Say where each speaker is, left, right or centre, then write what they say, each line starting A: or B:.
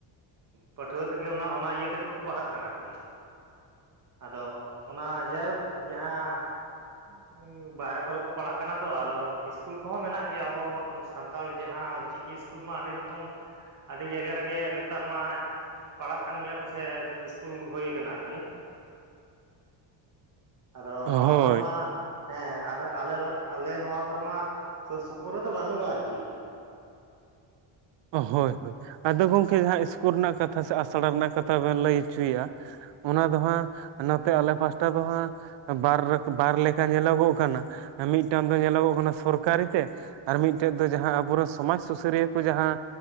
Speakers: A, on the right; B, on the right.
A: ᱯᱟᱹᱴᱷᱩᱣᱟᱹ ᱛᱮᱜᱮ ᱚᱱᱟ ᱚᱱᱟ ᱤᱭᱟᱹ ᱛᱮᱜᱮ ᱠᱚ ᱯᱟᱲᱦᱟᱜ ᱠᱟᱱᱟ ᱟᱨᱠᱤ, ᱟᱫᱚ ᱚᱱᱟ ᱡᱟᱭᱦᱳᱠ, ᱡᱟᱦᱟᱸ ᱦ <inaudible> ᱵᱟᱨᱦᱨᱮ ᱠᱚᱨᱮ ᱠᱚ ᱯᱟᱲᱦᱟᱜ ᱠᱟᱱᱟ ᱛᱚ, ᱟᱫᱚ ᱤᱥᱠᱩᱞ ᱠᱚᱦᱚᱸ ᱢᱮᱱᱟᱜ ᱜᱮᱭᱟ ᱟᱵᱚ ᱥᱟᱱᱛᱟᱲ ᱡᱟᱦᱟᱸ ᱚᱞᱪᱤᱠᱤ ᱤᱥᱠᱩᱞ ᱢᱟ ᱟᱹᱰᱤ ᱨᱚᱠᱚᱢ ᱟᱹᱰᱤ ᱡᱟᱭᱜᱟ ᱨᱮᱜᱮ ᱱᱮᱛᱟᱨ ᱢᱟ ᱯᱟᱲᱦᱟᱜ ᱠᱟᱱ ᱜᱮᱭᱟ ᱠᱚ ᱥᱮ, ᱤᱥᱠᱩᱞ ᱦᱩᱭ ᱠᱟᱱᱟ ᱟᱨᱠᱤ,
B: <inaudible>
A: ᱟᱫᱚ
B: ᱦᱳᱭ
A: ᱱᱚᱣᱟ ᱠᱚ ᱠᱚᱨᱮ ᱢᱟ ᱦᱮ᱾ ᱟᱨ ᱟᱞᱮᱞ ᱟᱞᱮ ᱱᱚᱣᱟ ᱠᱚᱨᱮ ᱢᱟ ᱥᱩᱨ ᱥᱩᱯᱩᱨ ᱨᱮᱫᱚ ᱵᱟᱹᱱᱩᱜ-ᱟ ᱟᱨᱠᱤ᱾
B: ᱦᱳᱭ ᱦᱳᱭ᱾ ᱟᱫᱚ ᱜᱚᱝᱠᱮ ᱡᱟᱦᱟᱸ ᱤᱥᱠᱩᱞ ᱨᱮᱱᱟᱜ ᱠᱟᱛᱷᱟ ᱥᱮ ᱟᱥᱲᱟ ᱨᱮᱱᱟᱜ ᱠᱟᱛᱷᱟ ᱵᱮᱱ ᱞᱟᱹᱭ ᱪᱩᱭ-ᱟ ᱚᱱᱟ ᱫᱚ ᱦᱟᱸ, ᱱᱚᱛᱮ ᱟᱞᱮ ᱯᱟᱥᱴᱟ ᱫᱚ ᱦᱟᱸ ᱵᱟᱨ ᱵᱟᱨ ᱞᱮᱠᱟ ᱧᱮᱞᱚᱜᱚᱜ ᱠᱟᱱᱟ᱾ ᱢᱤᱫᱴᱟᱝ ᱫᱚ ᱧᱮᱞᱚᱜᱚᱜ ᱠᱟᱱᱟ ᱥᱚᱨᱠᱟᱨᱤ ᱛᱮ, ᱟᱨ ᱢᱤᱫᱴᱮᱡ ᱫᱚ ᱡᱟᱦᱟᱸ ᱟᱵᱚᱨᱮᱱ ᱥᱚᱢᱟᱡᱽ ᱥᱩᱥᱟᱹᱨᱤᱭᱟᱹ ᱠᱚ ᱡᱟᱦᱟᱸ